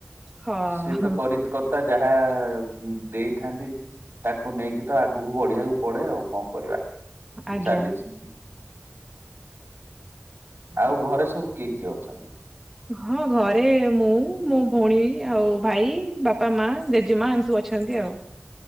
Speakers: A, in the centre; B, on the right.
A: ହଁ
B: ସେ ତ କରି କତ୍ତା ଯାହା ଦେଇଥାନ୍ତି ତାକୁ ନେଇକି ତ ଆଗକୁ ବଢିବାକୁ ପଡେ ଆଉ କଣ କରିବା
A: ଆଜ୍ଞା
B: ଚାଲିଚି। ଆଉ ଘରେ ସବୁ କିଏ କିଏ ଅଛନ୍ତି?
A: ହଁ ଘରେ ମୁଁ ମୋ ଭଉଣୀ ଆଉ ଭାଇ ବାପା ମା ଜେଜେମା ଏମିତି ସବୁ ଅଛନ୍ତି ଆଉ।